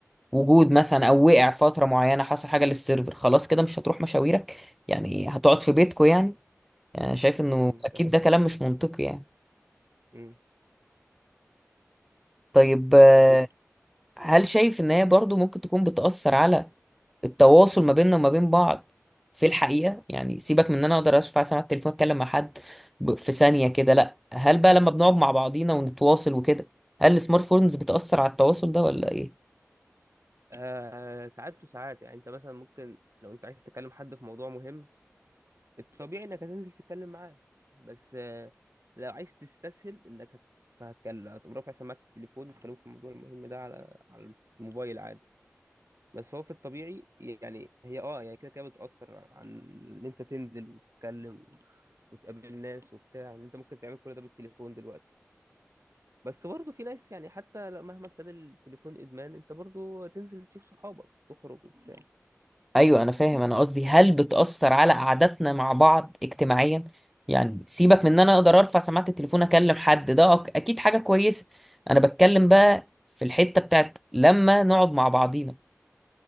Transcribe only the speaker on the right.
امم فاهم
امم
بس
آه ساعات وساعات يعني انت مثلا ممكن لو انت عايز تكلم حد في موضوع مهم الطبيعي انك هتنزل تتكلم معاه بس آه، لو عايز تستسهل انك هت... فهتكلم هتقوم رافع سماعة التليفون وتكلمه في الموضوع المهم ده على على الموبايل عادي بس هو في الطبيعي يعني هي اه يعني كده كده بتأثر عن ان انت تنزل وتتكلم و- وتقابل ناس وبتاع ان انت ممكن تعمل كل ده بالتليفون دلوقتي بس برضه في ناس يعني حتى لو- مهما ابتدى التليفون ادمان انت برضه تنزل تشوف صحابك وتخرج وبتاع